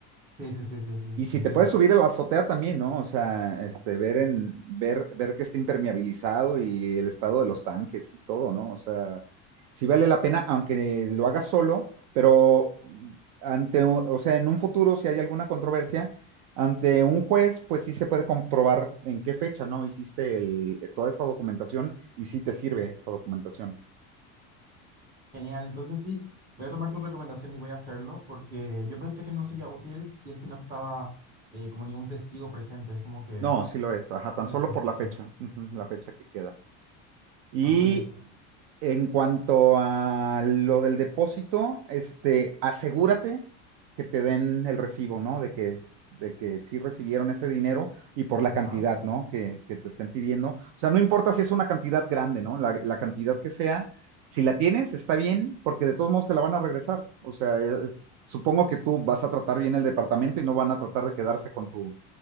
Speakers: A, on the right; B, on the right.
A: Sí, sí, sí, sí, sí,
B: y si
A: entiendo.
B: te puedes subir a la azotea también, ¿no? O sea, este, ver en, ver, ver que esté impermeabilizado y el estado de los tanques y todo, ¿no? O sea, sí vale la pena, aunque lo hagas solo, pero ante, un- o sea, en un futuro, si hay alguna controversia, ante un juez, pues sí se puede comprobar en qué fecha, ¿no? Hiciste el- toda esa documentación y sí te sirve esa documentación.
A: Genial, entonces sí, voy a tomar tu recomendación y voy a hacerlo porque yo pensé que no sería útil si es que no estaba eh, como ningún testigo presente, es como que...
B: No, sí lo es, ajá, tan
A: Ya
B: solo
A: sé,
B: por
A: ya
B: la
A: sé.
B: fecha, ujú, la fecha que queda. Y
A: Ok, entiendo.
B: en cuanto a lo del depósito, este, asegúrate que te den el recibo, ¿no? De que, de que sí recibieron ese dinero y por la
A: Ajá,
B: cantidad, ¿no? Que, que te estén pidiendo. O sea, no importa si es una cantidad grande, ¿no? La, la cantidad que sea, si la tienes, está bien, porque de todos modos te la van a regresar. O sea, eh, supongo que tú vas a tratar bien el departamento y no van a tratar de quedarse con tu,